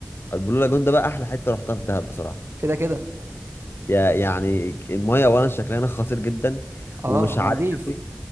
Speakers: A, on the left; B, on the right.
A: البلو لاجون ده بقى احلى حته رحتها في دهب بصراحه
B: كده كده
A: يا يعني المايه اولا شكلها هناك خطير جدا
B: اه
A: ومش
B: مالديف
A: عالي قوي